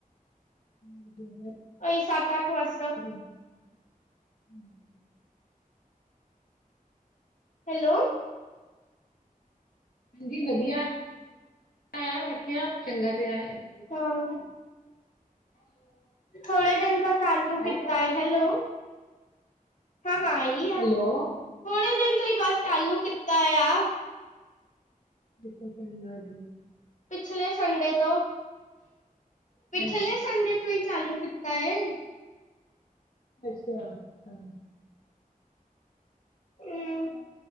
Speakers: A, on the left; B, on the left.
A: ਵਧੀਆ ਫ
B: ਅ ਸਤ ਆਠ ਵਸ
A: <inaudible>
B: ਹੈਲੋ
A: ਹਾਂਜੀ ਵਧੀਆ <unintelligible> ਚੰਗਾ ਤੇ ਆ
B: ਹਾਂ ਥੋੜੇ ਦਿਨ ਤਾਂ ਚਾਲੂ ਕੀਤਾ
A: ਆ ਰਹੀ ਆਵਾਜ਼
B: ਹੈ ਹੈਲੋ ਹਾਂ ਹਾਂ, ਆਈ ਆ
A: ਹੈਲੋ
B: ਥੋੜੇ ਦਿਨ ਤੋਂ ਹੀ ਬਸ ਚਾਲੂ ਕੀਤਾ ਆ।
A: <unintelligible>
B: ਪਿਛਲੇ ਸੰਡੇ ਤੋਂ ਪਿਛਲੇ
A: ਹਾਂਜੀ
B: ਸੰਡੇ ਤੋਂ ਹੀ ਚਾਲੂ ਕੀਤਾ ਏ।
A: ਅੱਛਾ ਹਾਂਜੀ,
B: ਹੂੰ,